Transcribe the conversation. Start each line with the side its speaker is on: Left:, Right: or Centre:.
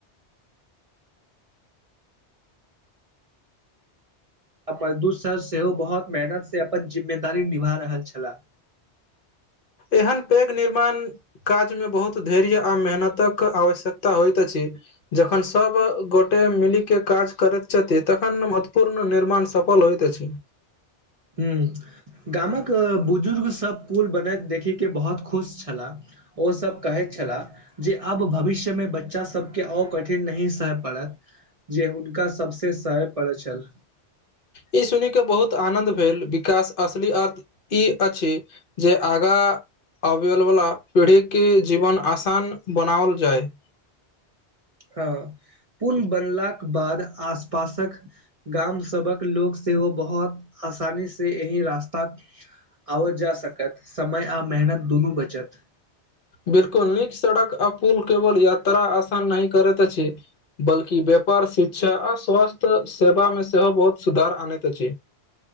Right: आ मजदूर सर सेहो बहुत मेहनत से अपन जिम्मेदारी निभा रहल छलाह
Left: एहन पैग निर्माण काज मे बहुत धैर्य आ मेहनतक आवश्यकता होइत अछि जखन सब गोटे मिलीके काज करैत छथिन तखन महत्वपूर्ण निर्माण सफल होइत अछि
Right: हम्म गामक बुजुर्ग सब पुल बनैत देखी के बहुत खुश छला ओ सब कहै छला जे आब भविष्य मे बच्चा सबके अ कठिन नय सहै पड़त जे हुनका सभसँ सहय पड़ै छल
Left: ई सुनि के बहुत आनंद भेल विकास असली अर्थ ई अछि जे आगा आबैल वला पीढ़ीके जीवन आसान बनाओल जाय
Right: ह पूल बनलाक बाद आस पासक गाम सबक लोक सेहो बहुत आसानी से एहि रास्ता आबय जा सकत समय आ मेहनत दुनू बचत
Left: बिलकुल नीक सड़क आ पुल केवल यात्रा आसान नहि करैत अछि बल्कि व्यापार शिक्षा आ स्वस्थ सेवा मे सेहो बहुत सुधार आनैत अछि।